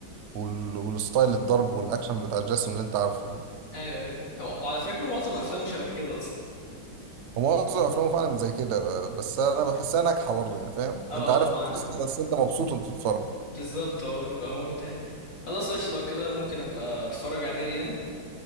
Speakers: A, on the right (about 55°); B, on the left (about 75°).
A: وال... والستايل الضرب والأكشن بتاع جاسون اللي أنت عارفه ده
B: ايوه ايوه هو- وعلى فكرة معظم افلامه شبه كده اصلا
A: هو معظم أفلامه فعلا زي كده آه، بس أنا بحسها ناجحة برضه يعني فاهم
B: اه
A: أنت عارف
B: مع
A: القصة بس أنت مبسوط وأنت بتتفرج
B: بالظبط هو بيبقى ممتع يعني. خلاص قشطة لو كده ممكن ابقى اتفرج عليه يعني